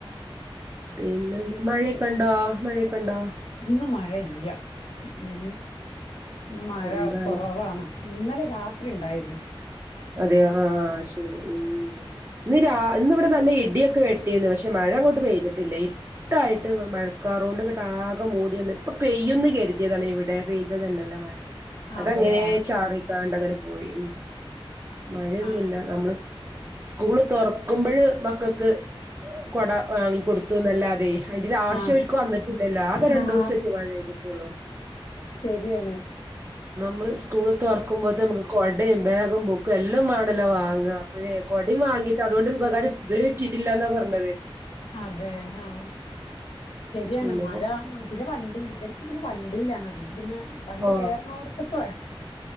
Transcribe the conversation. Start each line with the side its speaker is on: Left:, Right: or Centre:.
Right: പിന്നെ മഴ കണ്ടോ മഴയകണ്ടോ
Left: ഇന്ന് മഴയില്ല ഇന്ന് മഴ
Right: എന്താലേ
Left: കൊറവാണ് ഇന്നലെ രാത്രിണ്ടായിരുന്നു
Right: അതെ ആ ശരി ഉം ഇന്ന് രാ ഇന്ന് ഇവിടെ നല്ല ഇടിയൊക്കെ വെട്ടിന്ന് പക്ഷെ മഴ അങ്ങോട്ട് പെയ്തിട്ടില്ല ഇരുട്ടായിട്ട് മഴക്കാറോണ്ട് ഇങ്ങട്ട് ആകെ മൂടി വന്ന് ഇപ്പൊ പെയ്യുന്ന് കരുതിയതാണ് ഇവിടെ പെയ്തത് തന്നല്ല മഴ
Left: അതെയാ
Right: അതങ്ങനേ ചാറി താണ്ടവരെ പോയി ഉം മഴയൊന്നുല്ല
Left: ആ
Right: അമ്മള് സ് സ്കൂള് തൊർക്കുമ്പഴ് മക്കക്ക് കൊട വാങ്ങി കൊടുത്തുന്നല്ലാ തെയ് അയ്ന്റൊരു ആശ്യോർക്ക്
Left: ആ
Right: വന്നിട്ടില്ലല്ലോ ആകെ
Left: ആ
Right: രണ്ടുസറ്റെ മഴ പെയ്തിട്ടുള്ളൂ
Left: ശരിയാണ്
Right: നമ്മള് സ്കൂളതൊർക്കുമ്പോത്ത് നമക്ക് കൊടിം ബാഗിം ബു എല്ലാം മാണല്ലോ വാങ്ങ ഇപ്പഴേ കൊടിം വാങ്ങീട്ട് അതുകൊണ്ട് ഉപകാരം ഇതുവരെട്ടിട്ടില്ലാന്നാ പറഞ്ഞത്
Left: അതെ ആ ശരിയാണ്
Right: പിന്നെപ്പോ
Left: മഴ പിന്നെ വ ടി ഇവർക്ക് പിന്നെ വണ്ടീലാണ് അതുകൊണ്ട് പിന്നെ വണ്ടി
Right: ഓ
Left: കേർണോട്ത്ത്ക്ക് വരണം